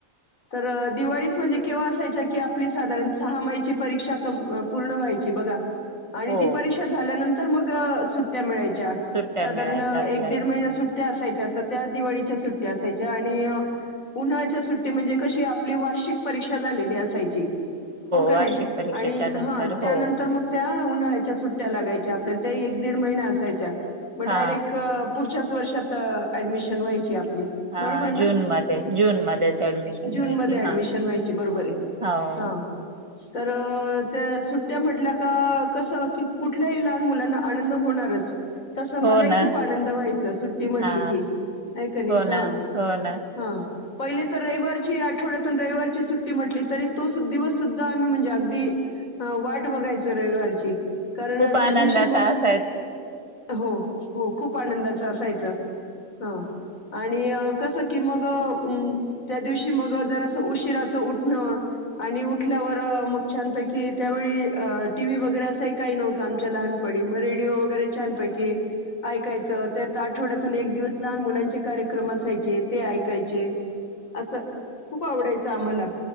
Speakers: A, on the left (about 70°); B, on the right (about 20°).
A: तर दिवाळीत म्हणजे केव्हा असायच्या की आपली साधारण सहा माहिची परीक्षा पूर्ण व्हायची बघा आणि
B: हो
A: ती परीक्षा झाल्यानंतर मग सुट्ट्या मिळायच्या
B: सुट्ट्या
A: साधारण
B: मिळायच्या आपल्याला
A: एक दीड महिना सुट्ट त्या असायच्या आता त्या दिवाळीच्या सुट्ट्या असायच्या आणि उन्हाळच्या सुट्ट्या ते म्हणजे कशी आपली वार्षिक परीक्षा झालेली असायची हो का
B: वार्षिक
A: नाही
B: परीक्षेच्या
A: आणि
B: नंतर
A: हा त्यानंतर
B: हो
A: मग त्या उन्हाळ्याच्या सुट्ट्या लागायच्या आपल्याला त्या एक दीड महिना असायच्या मग डायरेक
B: हा
A: पुढच्याच वर्षात ऍडमिशन व्हायची आपली
B: हा
A: बरोबर
B: जून मध्ये जून मध्येच ऍडमिशन
A: जून
B: व्हायची
A: मध्ये ऍडमिशन
B: हा
A: व्हायची बरोबर आहे
B: हो
A: हा तर त्या सुट्ट्या म्हटल्या का कसं की कुठल्याही लहान मुलांना आनंद होणारच तस मलाही
B: हो ना
A: खूप आनंद व्हायचा सुट्टी म्हटली
B: हा
A: की हाय कणी
B: हो
A: हा
B: ना हो ना
A: हा पहिले तर रविवारी ची आठवड्यातून रविवारची सुट्टी म्हटली तरी तो दिवस सुद्धा आम्ही म्हणजे अगदी हा वाट बघायचं रविवारची कारण
B: खूप आनंदाचा
A: त्या दिवशी मग
B: असायच
A: हो, हो खूप आनंदाच असायचं हा आणि कसं की मग त्या दिवशी मग जर असं उशीराचं उठणं आणि उठल्यावर मग छानपैकी त्यावेळी टी व्ही वगैरे असंही काही नव्हतं आमच्या लहान पडी मग रेडिओ वगैरे छानपैकी ऐकायचं त्यात आठवड्यातून एक दिवस लहान मुलांचे कार्यक्रम असायचे ते ऐकायचे असं खूप आवडायचं आम्हाला